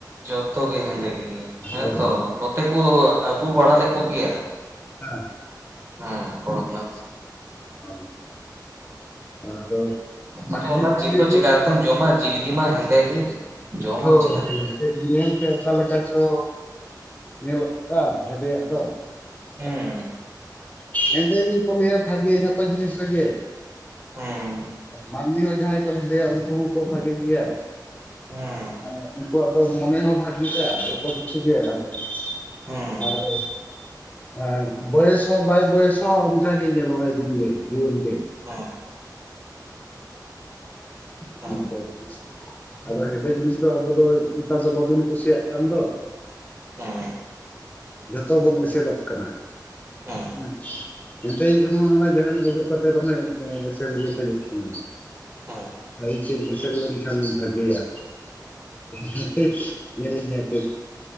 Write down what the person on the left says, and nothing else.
ᱦᱳᱭ ᱦᱳᱭ ᱦᱮᱸ
ᱦᱮᱸ,
ᱚ ᱟᱫᱚ
ᱦᱮᱸᱫᱮ
ᱪᱟᱣᱞᱮ
ᱦᱳᱭ,
ᱦᱮᱸ
ᱥᱮ ᱧᱮᱞ ᱛᱮ ᱚᱠᱟ ᱞᱮᱠᱟ ᱪᱚ ᱧᱮᱞᱚᱜᱼᱟ ᱦᱮᱸᱫᱮᱭᱟᱜ ᱫᱚ᱾
ᱦᱮᱸᱫᱮ ᱜᱮᱠᱚ ᱞᱟᱹᱭᱟ ᱵᱷᱟᱜᱤ ᱡᱷᱚᱛᱚ ᱡᱤᱱᱤᱥ ᱨᱮᱜᱮ
ᱢᱟᱹᱱᱢᱤ ᱦᱚᱸ ᱡᱟᱸᱦᱟᱸᱭ ᱠᱚ ᱦᱮᱸᱫᱮᱭᱟ ᱩᱱᱠᱩ ᱦᱚᱸᱠᱚ ᱵᱷᱟᱜᱤ ᱜᱮᱭᱟ᱾
ᱦᱮᱸ ᱩᱱᱠᱩᱭᱟᱜ ᱫᱚ ᱢᱮᱱᱮ ᱦᱚᱸ ᱵᱷᱟᱜᱤ-ᱟ᱾ ᱡᱚᱛᱚ ᱠᱤᱪᱷᱩ ᱜᱮ ᱟᱨᱠᱤ
ᱟᱨ, ᱟᱨ ᱦᱮᱸ ᱵᱚᱭᱮᱥ ᱦᱚᱸ ᱵᱟᱭ ᱵᱚᱭᱮᱥᱚᱜ-ᱟ ᱚᱱᱠᱟᱜ ᱜᱮ ᱧᱮᱞᱚᱜᱼᱟᱭ ᱫᱤᱱ ᱜᱮ, ᱡᱤᱭᱚᱱ ᱦᱩ
<unintelligible> ᱟᱫᱚ ᱦᱮᱸᱫᱮ ᱡᱤᱱᱤᱥ ᱫᱚ ᱟᱵᱚ ᱫᱚ ᱱᱮᱛᱟᱨ ᱫᱚ ᱵᱟᱵᱚᱱ ᱠᱩᱥᱤᱭᱟᱜ ᱠᱟᱱ ᱫᱚ᱾
ᱡᱷᱚᱛᱚ ᱵᱚᱱ ᱮᱥᱮᱞᱚᱜ ᱠᱟᱱᱟ
ᱦᱮᱸ᱾ ᱦᱮᱸᱫᱮᱭᱤᱡ ᱦᱚᱸ ᱦᱟᱱᱟ ᱡᱟᱦᱟᱱ ᱚᱡᱚᱜ ᱠᱟᱛᱮ ᱨᱮᱦᱚᱸ ᱮᱥᱮᱞ ᱜᱮ ᱠᱷᱚᱡᱚᱜ ᱠᱟᱱᱟ᱾
ᱟᱹᱞᱤᱧ ᱥᱮᱱ <unintelligible> ᱮᱥᱮᱞ ᱞᱮᱱᱠᱷᱟᱱ ᱵᱷᱟᱹᱜᱮᱭᱟ <unintelligible> ᱧᱮᱞᱮᱧᱟ ᱠᱟᱹᱡ